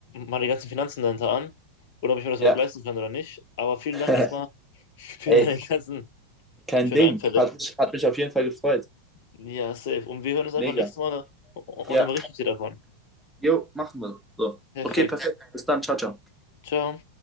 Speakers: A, on the left (about 50°); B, in the centre.
A: meine ganzen Finanzen dahinter an oder ob ich mir das
B: Ja,
A: überhaupt leisten kann oder nicht. Aber vielen
B: <laughs>
A: Dank erstmal für
B: ey,
A: deine ganzen
B: kein
A: schönen
B: Ding.
A: Einfälle.
B: Hat mich, hat mich auf jeden Fall gefreut.
A: Ja, safe. Und wir hören uns einfach
B: Mega.
A: nächstes Mal und
B: Ja,
A: dann berichte ich dir davon.
B: jo, machen wir. So.
A: Perfekt.
B: Okay, perfekt. Bis dann. Ciao, ciao.
A: Ciao.